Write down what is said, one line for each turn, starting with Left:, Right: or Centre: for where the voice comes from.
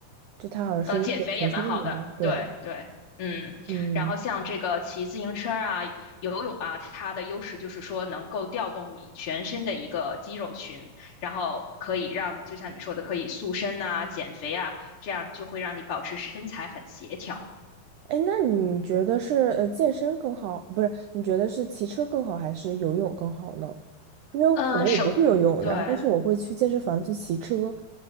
Right: 就它好像是一种全身的运动。
Left: 呃，减肥也蛮好的，
Right: 对，
Left: 对对。嗯，
Right: 嗯。
Left: 然后像这个骑自行车啊、游泳啊，它的优势就是说能够调动你全身的一个肌肉群，然后可以让，就像你说的，可以塑身呐、减肥啊，这样就会让你保持身材很协调。
Right: 哎，那你觉得是呃健身更好，不是？你觉得是骑车更好还是游泳更好呢？因为我可能我不会游泳，
Left: 呃，手，对，
Right: 然后但是我会去健身房去骑车，